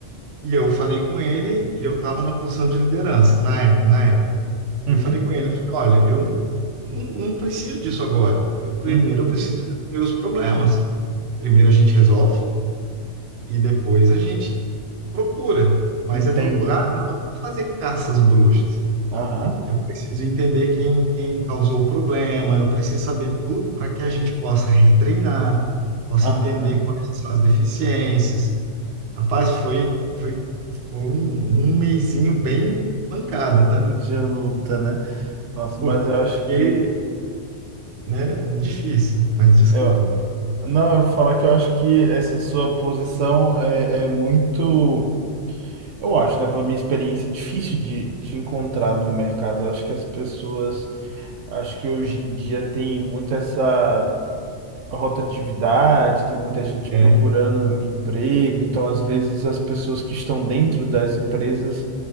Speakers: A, on the right; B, on the right.
A: E eu falei com ele, e eu estava na posição de liderança na, é- na época.
B: uhum,
A: Eu falei com ele, eu falei, olha, eu não, não, não preciso disso agora. Eu primeiro
B: uhum.
A: eu preciso resolver os problemas. Primeiro a gente resolve e depois a gente procura. Mas
B: Entende,
A: é procurar
B: né?
A: não para fazer caça às bruxas,
B: Aham.
A: Eu preciso entender quem, quem causou o problema, eu preciso saber tudo para que a gente possa retreinar, possa
B: Aham,
A: entender quais são as deficiências. Rapaz, foi, foi, foi um, um mesinho bem pancada, tá?
B: de luta, né? Nossa,
A: Porque,
B: mas eu acho que.
A: né, difícil, mas desculpa.
B: Eu, não, eu vou falar que eu acho que essa sua posição é, é muito. Eu acho, né? Pela minha experiência, difícil de, de encontrar no mercado. Eu acho que as pessoas. Acho que hoje em dia tem muito essa. rotatividade, tem muita gente
A: É,
B: procurando emprego, então às vezes as pessoas que estão dentro das empresas